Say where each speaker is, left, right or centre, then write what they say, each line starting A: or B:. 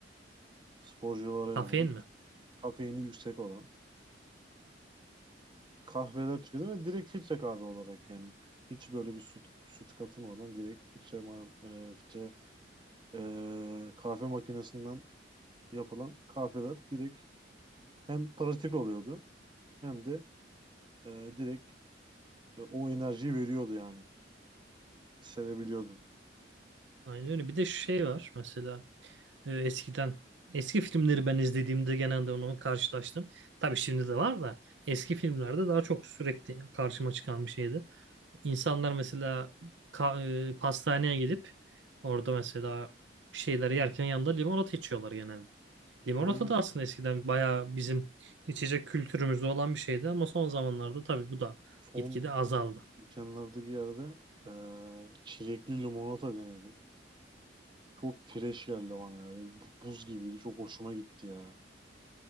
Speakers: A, on the right; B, on the right.
A: Sporculara
B: Kafein
A: yönelik
B: mi?
A: kafeini yüksek olan kahveler tüketiyordum ve direkt filtre kahve olarak yani. Hiç böyle bir süt, süt katılmadan direkt filtre, ma- e, filtre e, kahve makinesinden yapılan kahveler direkt hem pratik oluyordu hem de e, direkt E, O enerjiyi veriyordu yani. Hissedebiliyordun.
B: Aynen öyle. Bir de şey var mesela e, eskiden eski filmleri ben izlediğimde genelde onu karşılaştım. Tabii şimdi de var da eski filmlerde daha çok sürekli karşıma çıkan bir şeydi. İnsanlar mesela ka- e, pastaneye gidip orada mesela bir şeyler yerken yanında limonata içiyorlar genelde. Limonata
A: Aynen.
B: da aslında eskiden bayağı bizim içecek kültürümüzde olan bir şeydi ama son zamanlarda tabii bu da
A: Son
B: gitgide azaldı.
A: geçenlerde bir yerde e, çilekli limonata denedim. Çok fresh geldi bana ya. Böyle bu- Buz gibiydi. Çok hoşuma gitti ya.